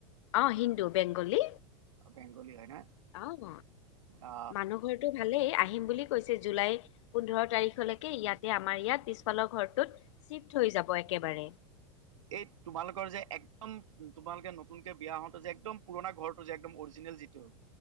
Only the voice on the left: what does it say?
অ' হিন্দু বেংগলী।
অ'
মানুহ ঘৰটো ভালেই আহিম বুলি কৈছে জুলাই পোন্ধৰ তাৰিখলৈকে ইয়াতে আমাৰ ইয়াত পিছফালৰ ঘৰটোত চিফ্ট হৈ যাব একেবাৰে।